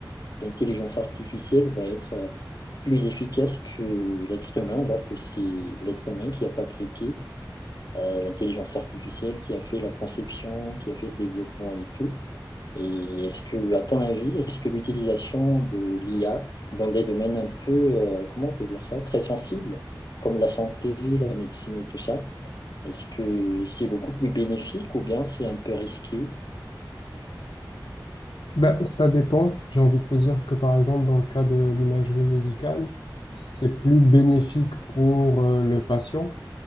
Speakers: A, on the left (about 55°); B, on the left (about 75°).
A: l'intelligence artificielle va être euh, plus efficace que l'être humain, alors que c'est l'être humain qui a fabriqué euh, l'intelligence artificielle, qui a fait la conception, qui a fait le développement et tout. Et est-ce que, à ton avis, est-ce que l'utilisation de l'IA dans des domaines un peu, euh, comment on peut dire ça, très sensibles, comme la santé, la médecine et tout ça, est-ce que c'est beaucoup plus bénéfique ou bien c'est un peu risqué
B: Ben, ça dépend. J'ai envie de te dire que par exemple dans le cas de l'imagerie médicale, c'est plus bénéfique pour euh, le patient